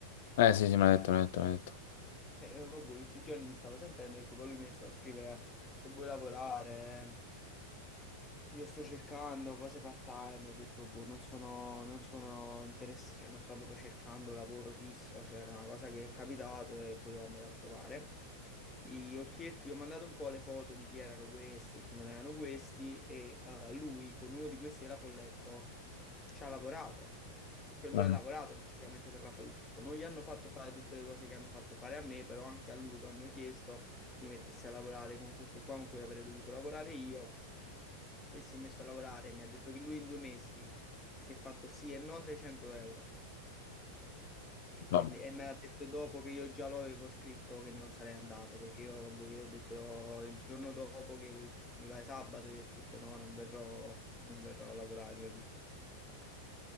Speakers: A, on the left; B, on the left.
A: eh sì, sì, me l'ha detto, me l'ha detto, me l'ha detto.
B: E eh, vabbè, in questi giorni mi stavo sentendo e che poi lui mi iniziava a scrivere se vuoi lavorare, eh, io sto cercando cose part-time, ho detto, boh, non sono, non sono interessato, cioè non sto proprio cercando lavoro fisso, cioè era una cosa che è capitato e volevo andare a provare. Gli occhietti, gli ho mandato un po' le foto di chi erano questi e chi non erano questi e eh, lui con uno di questi della Folletto ci ha lavorato, cioè lui
A: Eh,
B: ha lavorato effettivamente per la Folletto. Non gli hanno fatto fare tutte le cose che hanno fatto fare a me, però anche a lui lo hanno chiesto di mettersi a lavorare con questo qua con cui avrei dovuto lavorare io e si è messo a lavorare. Mi ha detto che lui in due mesi si è fatto sì e no 600 euro. capì? Quindi,
A: vabbè.
B: e me l'ha detto dopo che io già lo avevo scritto che non sarei andato perché io, vabbè, io ho detto il giorno dopo che mi pare sabato, io ho scritto no, non verrò, non verrò a lavorare lunedì.